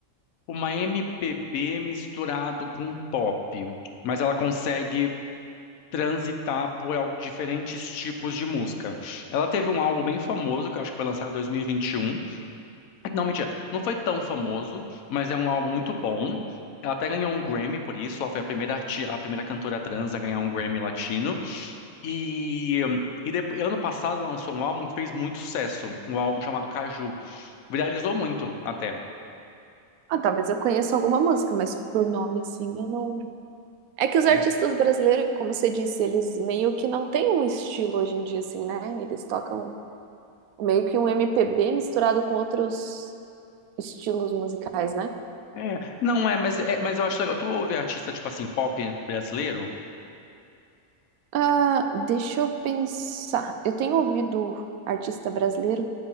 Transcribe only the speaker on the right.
Ah, talvez eu conheça alguma música, mas por nome assim, eu não. É que os artistas
brasileiros, como você disse, eles meio que não têm um estilo hoje em dia, assim, né? Eles tocam meio que um MPB misturado com outros estilos musicais, né?
Ah, deixa eu pensar. Eu tenho ouvido artista brasileiro,